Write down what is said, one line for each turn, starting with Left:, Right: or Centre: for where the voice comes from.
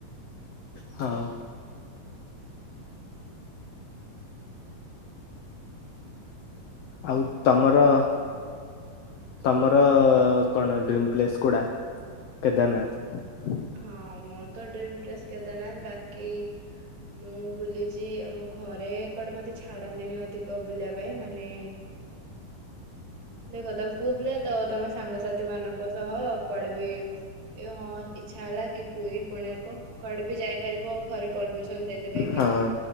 Left: ହଉ। ଆଉ ତମର ତମର
Right: ହୁଁ
Left: କଣ ଡ୍ରିମ୍ ପ୍ଲେସ୍ କୁଡା କେଦାରନାଥ।
Right: ହଁ ମୋର ତ ଡ୍ରିମ ପ୍ଲେସ କେଦାରନାଥ ବାକି ମୁଁ ବୁଲିଛି ମୋ ଘରେ କୁଆଡେ ମତେ ଛାଡନ୍ତିନି ଅଧିକ ବୁଲିବା ପାଇଁ ମାନେ ଦେଖ ତମେ ପୁଅ ବିଲ ତ ତମେ ସାଙ୍ଗସାଥି ମାନଙ୍କ ସହ କୁଆଡେ ବି ହଁ ଇ୍ଛା ହେଲା କି ପୁରୀ କୋଣାର୍କ କଆଡେ ବି ଯାଇପାରିବ ଘରେ ପରମିସନ ଦେ ଦେ
Left: ହଁ
Right: କିନ୍ତୁ